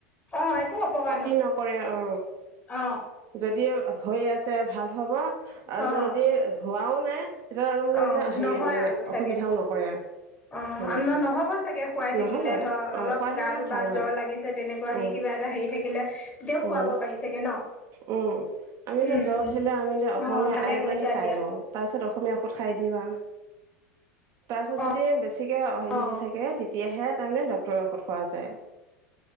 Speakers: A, on the left; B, on the right.
A: অ', একো অপকাৰ
B: ক্ষতি নকৰে অ।
A: অ।
B: যদি হৈ আছে ভাল হ'ব আৰু
A: অ',
B: যদি হোৱাও নাই তেতিয়া আৰু মানে
A: অ',
B: মানে হেৰি
A: নহয় আৰু চাগে
B: অসুবিধাও নকৰে।
A: অ',
B: সেনেকুৱা
A: আ-ন-নহ'ব চাগে খুৱাই থাকিলে
B: নহ'বই
A: ধৰ
B: অ'
A: অলপ
B: খোৱা থাকিলে
A: গাটো
B: ভাল
A: বা
B: হয়।
A: জ্বৰ লাগিছে তেনেকুৱা
B: উম,
A: হেই কিবা এটা হেৰি থাকিলে তেওঁ
B: উম,
A: খুৱাব পাৰি চাগে ন?
B: উম, আমি এতিয়া
A: উম
B: জ্বৰ
A: উম
B: উঠিলে আমি এতিয়া অসমীয়া
A: অ ভালে
B: আইজোৰণী
A: কৰিছা
B: খাই
A: দিয়া
B: লওঁ। তাৰপিছত অসমীয়া ঔষধ খাই দিওঁ আৰু তাৰপিছত
A: অ
B: যদি থিকেই হেৰি
A: অ
B: হৈ থাকে তেতিয়াহে তাৰমানে ডক্তৰৰ ঔষধ খোৱা যায়।